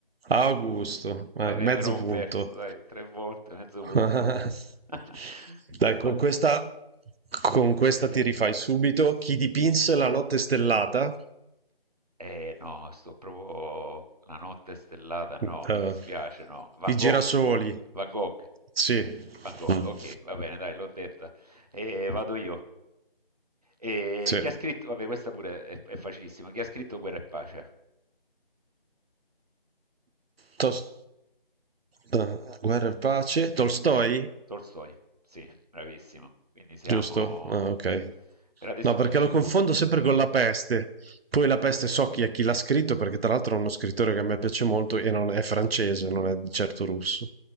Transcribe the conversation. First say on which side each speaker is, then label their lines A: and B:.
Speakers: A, on the right (about 80°); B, on the right (about 40°).
A: Augusto, vai,
B: Vabbè,
A: mezzo
B: però ho
A: punto.
B: perso, dai, tre volte, mezzo punto.
A: <laughs>
B: <laughs>
A: Dai, con
B: Vai.
A: questa, con questa ti rifai subito. Chi dipinse la notte stellata?
B: Eh no, sto proprio la notte stellata, no,
A: Eh,
B: mi dispiace, no. Van
A: i
B: Gogh,
A: girasoli.
B: Van Gogh,
A: Sì.
B: Van Gogh,
A: Mm.
B: ok, va bene, dai, l'ho detta. Eh, vado io. Eh,
A: Sì.
B: chi ha scritto, vabbè, questa pure è, è facilissima, chi ha scritto Guerra e Pace?
A: Tos- eh, Guerra e pace, Tolstoi?
B: Tolstoi, sì, bravissimo. Quindi siamo...
A: Giusto? Ah, ok.
B: Per adesso
A: No, perché
B: vinci
A: lo confondo
B: tu.
A: sempre con La peste. Poi La peste so chi è chi l'ha scritto, perché tra l'altro è uno scrittore che a me piace molto e non è francese, non è di certo russo.